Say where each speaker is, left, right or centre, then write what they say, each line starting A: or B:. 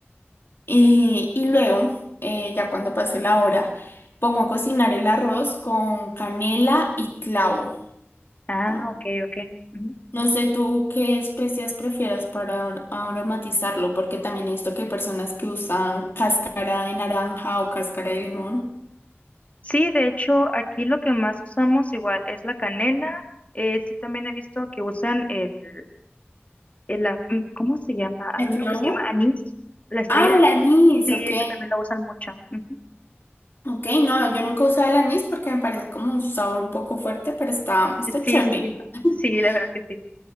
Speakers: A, on the left (about 60°); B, on the left (about 35°).
A: Y, y luego, eh, ya cuando pase la hora, pongo a cocinar el arroz con canela y clavo.
B: Ah,
A: Ah,
B: ok, ok. Ujú.
A: no sé tú qué especias prefieras para ar- aromatizarlo, porque también he visto que hay personas que usan cáscara de naranja o cáscara de limón.
B: Sí, de hecho, aquí lo que más usamos igual es la canela. eh, sí, también he visto que usan el, el a- mm, ¿cómo se llama? Hay
A: ¿El clavo?
B: uno que se llama anís, la estrella
A: Ah,
B: de anís.
A: el anís,
B: Sí,
A: ok.
B: eso también lo usan mucho. Ujú.
A: Ok, no, yo nunca he usado el anís porque me parece como un sabor un poco fuerte, pero está, está
B: Sí,
A: chévere.
B: sí, sí.
A: <laughs>
B: Sí, la verdad que sí.